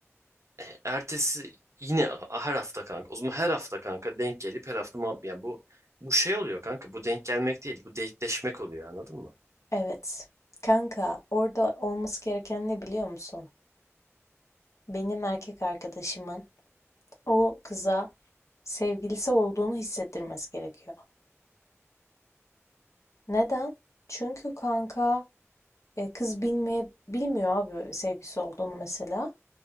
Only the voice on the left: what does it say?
Evet. Kanka orada olması gereken ne biliyor musun? Benim erkek arkadaşımın o kıza sevgilisi olduğunu hissettirmesi gerekiyor. Neden? Çünkü kanka E, kız bilmeye bilmiyor abi sevgisi olduğunu mesela.